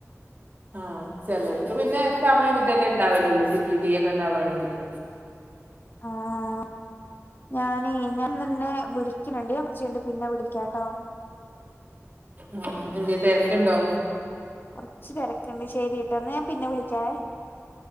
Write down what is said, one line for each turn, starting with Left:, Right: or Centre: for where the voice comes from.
Right: ആഹ് ചെലർക്കു
Left: അങ്ങനൊക്കെയാണ്
Right: പിന്നെ എക്സാം കഴിഞ്ഞിട്ടല്ലേ ഇണ്ടാവലുള്ളൂ സി പി ടി എ ഇണ്ടാവാണെങ്കില്
Left: ആഹ് ഞാനെ ഞാൻ ന്നാ ഇന്നെ വിളിക്ണുണ്ട്. ഞാൻ കൊർച്ചയിഞ് ട്ട് പിന്നെ വിളിക്കാട്ടോ
Right: ആഹ് എന്തേ തെരക്ണ്ടോ?
Left: കൊറച്ച് തെരക്കുണ്ട് ശരി ട്ടോ എന്നാ ഞാൻ പിന്നെ വിളിക്കാവേ